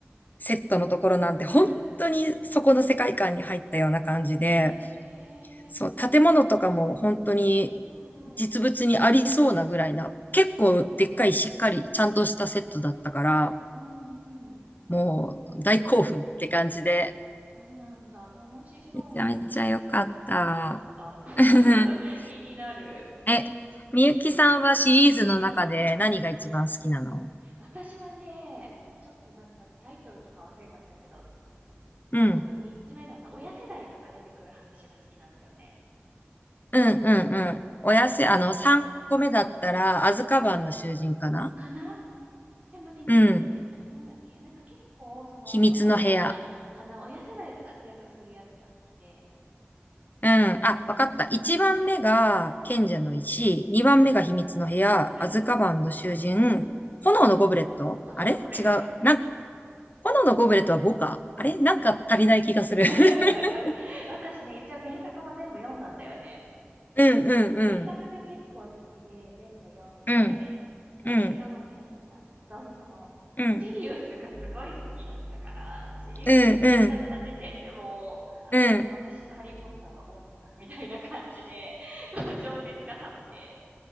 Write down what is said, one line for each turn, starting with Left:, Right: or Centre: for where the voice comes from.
Left: セットのところなんて、本当にそこの世界観に入ったような感じで、
Right: うんん。へえ。
Left: そう、建物とかも本当に
Right: うんうん。
Left: 実物にありそうなぐらいな、結構でっかいしっかりちゃんとしたセットだったから、
Right: うんうん。
Left: もう大興奮って感じで、
Right: そうなんだ。楽しそう。
Left: めちゃめちゃ良かった。
Right: ちょっと行きたくなってきちゃった。<laughs>
Left: <laughs>
Right: 気になる。
Left: え、
Right: うん。
Left: みゆきさんはシリーズの中で何が一番好きなの
Right: うん。私はね、ちょっとなんかタイトルとか忘れちゃったけど、
Left: うん。
Right: 多分3つ目だな。親世代とか出てくる話が好きなんだよね。ハリーの。
Left: うん、うん、うん。おやせ、あの、3個目だったら、アズカバンの囚人かな
Right: うんうん。かなじゃあ待って、2個目で、
Left: うん。
Right: あれなんだっけなんか結構、その、
Left: 秘密の部屋。
Right: 親世代が、かな、親世代が活躍するやつが好きで、
Left: うん。あ、
Right: その、
Left: わかった。1番目が賢者の石、
Right: うんうん、うん、
Left: 2番目が秘密の部屋、
Right: うん、
Left: アズカバンの囚人、
Right: うん、
Left: 炎のゴブレットあれ違う。
Right: 炎のゴブレットか。
Left: なん、炎のゴブレットは5かあれなんか足りない気がする。
Right: かな。<laughs>
Left: <laughs>
Right: 私ね、一応原作も全部読んだんだよね。
Left: うん、うん、
Right: そう、
Left: うん。
Right: 原作が結構好きで、全部読んで、
Left: うん、
Right: で、
Left: うん。
Right: 映画も見始めたんだけど、そう、その、
Left: うん、
Right: シリウスがすごい好きだったから、シリウスが死んじゃった時点でもう、
Left: うん、うん、
Right: ああ、
Left: うん。
Right: もう私のハリーポッターは終わった、みたいな感じで、<laughs> こう、情熱が冷めて、